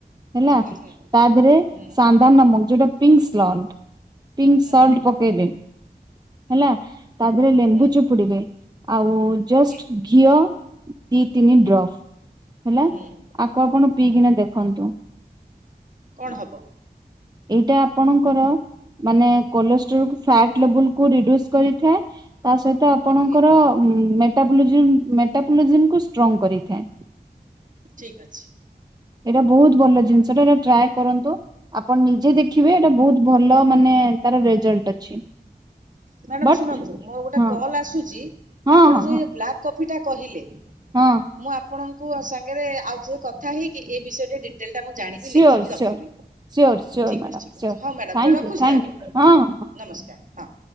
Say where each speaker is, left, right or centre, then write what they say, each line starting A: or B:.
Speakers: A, on the right (about 25°); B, on the right (about 50°).
A: ହେଲା
B: ହୁଁ ହୁଁ
A: ତା ଦେହରେ
B: ହୁଁ।
A: ସାନ୍ଧାନ ନାମକ ଯୋଉଟା ପିଙ୍କ୍ ସ୍ଲଣ୍ଡ୍ ପିଙ୍କ୍
B: ହୁଁ
A: ସଲ୍ଟ
B: ହୁଁ
A: ପକେଇବେ
B: ହୁଁ
A: ହେଲା ତା ଉପରେ ଲେମ୍ବୁ
B: ହୁଁ
A: ଚୋପୁଡିବେ। ଆଉ ଜଷ୍ଟ
B: ଓକେ
A: ଘିଅ ଦି ତିନି
B: ହୁଁ
A: ଡ୍ରପ ହେଲା।
B: ହୁଁ
A: ଆକୁ ଆପଣ ପିଇକିନା
B: ହୁଁ।
A: ଦେଖନ୍ତୁ।
B: କଣ ହବ?
A: ଏଇଟା ଆପଣଙ୍କର ମାନେ କୋଲେଷ୍ଟ୍ରୋଲକୁ ଫ୍ୟାଟ୍ ଲେବୁଲକୁୁ ରିଡ୍ୟୁସ କରିଥାଏ। ତା ସହିତ ଆପଣଙ୍କର
B: ଓକେ
A: ମେଟାବୋଲିଜିମ୍ ମେଟାବୋଲିଜିମ୍ କୁ ଷ୍ଟ୍ରଙ୍ଗ୍ କରିଥାଏ।
B: ଠିକ୍ ଅଛି।
A: ଏଇଟା ବହୁତ୍ ଭଲ ଜିନିଷଟା ଏଟା ଟ୍ରାଏ କରନ୍ତୁ। ଆପଣ ନିଜେ ଦେଖିବେ ଏଇଟା ବହୁତ ଭଲ ମାନେ ତାର ରେଜଲ୍ଟ ଅଛି।
B: ମ୍ୟାଡାମ
A: ବଟ୍
B: ଶୁଣନ୍ତୁ ମୋର ଗୋଟେ
A: ହଁ
B: କଲ୍ ଆସୁଛି
A: ହଁ
B: ଆପଣ
A: ହଁ
B: ଯୋଉ
A: ହଁ
B: ବ୍ଲାକ୍ କଫି ଟା କହିଲେ
A: ହଁ।
B: ମୁଁ ଆପଣଙ୍କୁ ସାଙ୍ଗରେ ଆଉ ଥରେ କଥା ହେଇକି। ଏ ବିଷୟ ଟିକେ ଡି ଡିଟେଲ୍ ଟା ମୁଁ ଜାଣିବି
A: ସିଓର
B: ଲେଖିକି ରଖିବି।
A: ସିଓର ସିଓର ସିଓର
B: ଠିକ
A: ମ୍ୟାଡ଼ାମ
B: ଅଛି ଠିକ
A: ସିଓର।
B: ଅଛି। ହଁ ମ୍ୟାଡ଼ାାମ।
A: ଥ୍ୟାଙ୍କୟୁ
B: ତ ରଖୁଛି
A: ଥ୍ୟାଙ୍କୟୁ
B: ତାହେଲେ?
A: ହଁ ହଁ।
B: ନମସ୍କାର। ହଁ।